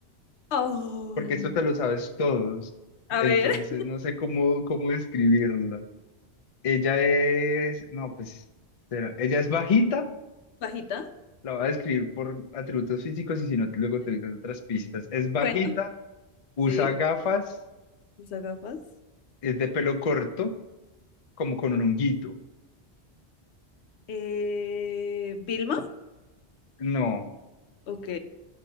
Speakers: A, on the left; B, on the left.
A: <laughs> Ay.
B: porque esto te lo sabes todos,
A: A
B: entonces
A: ver,
B: no sé cómo, cómo describirlo. Ella es, no, pues, espera, ella es bajita.
A: bajita.
B: La voy a describir por atributos físicos y si no, luego te diré otras pistas. Es bajita,
A: Bueno.
B: usa
A: Sí.
B: gafas,
A: Usa gafas.
B: es de pelo corto, como con un honguito.
A: Eh, Vilma.
B: No.
A: Ok.